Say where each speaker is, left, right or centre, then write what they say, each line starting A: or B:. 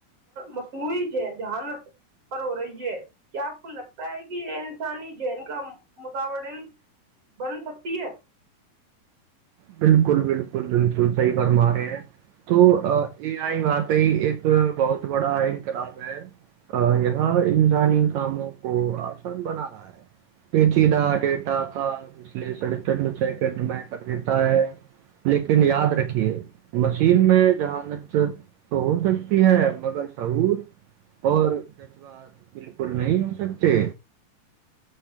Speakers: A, on the right; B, on the right.
A: مصنوعی جہانت پر ہو رہی ہے کیا آپ کو لگتا ہے کہ یہ انسانی ذہن کا متال بن سکتی ہے
B: بالکل بالکل بالکل صحیح فرما رہے ہیں تو اے آئی واقعی ایک بہت بڑا انقلاب ہے یہ انسانی کاموں کو آسان بنا رہا ہے پیچیدہ ڈیٹا تھا پچھلے سڑ سیکنڈ میں کر ہے لیکن یاد رکھیے مشین میں ذہانت تو ہو سکتی ہے مگر سعور اور جذبات بالکل نہیں ہو سکتے